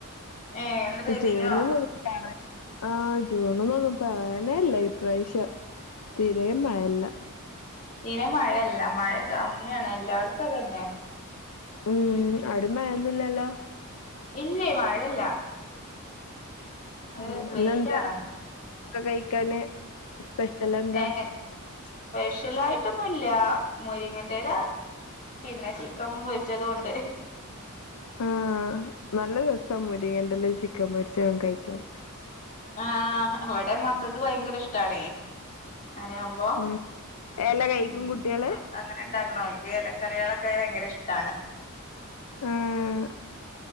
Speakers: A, on the left; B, on the left.
A: ഏഹ് ഇന്ന് പെയ്തീനോ
B: ചോരുവോന്ന് <unintelligible> ആ് ജൂണന്നൊന്നും പറയാനേയില്ല ഇപ്രാവശ്യം തീരയും മഴയില്ല
A: തീരേം മഴയില്ല മഴ കമ്മിയാണ് എല്ലായിടത്തും അതന്നെ
B: ഉം അടേം മയൊന്നുംല്ലല്ലോ
A: ഇല്ലേ മഴല്ല അത്
B: ഉം
A: വെയില്
B: ഇന്നെന്താ
A: ആണ്
B: കഴിക്കാന് സ്പെഷ്യൽ എന്താ
A: ഏങ്ങെ സ്പെഷ്യലായിട്ടൊന്നുംല്ല മുരിങ്ങന്റെല പിന്നെ ചിക്കൻ പൊരിച്ചതൊണ്ട്
B: ആഹ് നല്ല രസം മുരിങ്ങന്റെലെ ചിക്കൻ പൊരിച്ചതും കഴിക്കാൻ.
A: ആഹ് ഇവടെ മക്കക്ക് ഭയങ്കര ഇഷ്ടാണേ അങ്ങനെയാവുമ്പോ
B: ഉം എല കഴിക്കും
A: ഉം
B: കുട്ടികള്
A: അതങ്ങനെ ഇണ്ടാക്ക്ണോൽ ക്ക് എലക്കറികളൊക്കെ ഭയങ്കര ഇഷ്ടാണ്.
B: ആഹ്